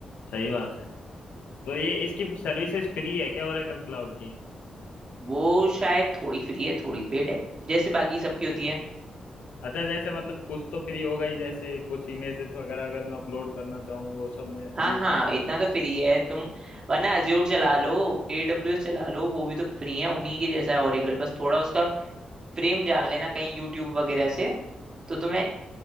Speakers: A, on the left (about 85°); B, on the right (about 35°).
A: सही बात है तो ये इसकी सर्विसेज फ्री है क्या ओरेकल क्लाउड की
B: वो शायद थोड़ी फ्री है थोड़ी पेड है जैसे बाकी सबकी होती है
A: अच्छा जैसे मतलब कुछ तो फ्री होगा ही जैसे कुछ इमेजेस वगैरह अगर मैं अपलोड करना चाहूँ वो सब मैं
B: हाँ
A: यूज
B: हाँ
A: करना चाहूँ
B: इतना तो फ्री है तुम वरना अज्योर चला लो एडब्ल्यूएस चला लो वो भी तो फ्री है उन्हीं के जैसा है ओरेकल बस थोड़ा उसका फ्रेम जान लेना कहीं यूट्यूब वगैरह से तो तुम्हें